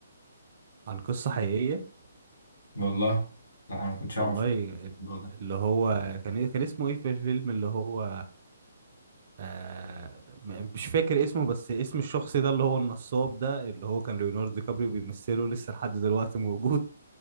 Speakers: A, on the right (about 45°); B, on the left (about 70°).
A: عن قصة حقيقية
B: <laughs> والله لا أنا ما كنتش
A: والله
B: أعرف الموضوع ده
A: اللي هو كان إيه، كان اسمه ايه في الفيلم اللي هو آه م- مش فاكر اسمه بس اسم الشخص ده اللي هو النصاب ده اللي هو كان ليوناردو دي كابريو بيمثله لسه لحد دلوقتي موجود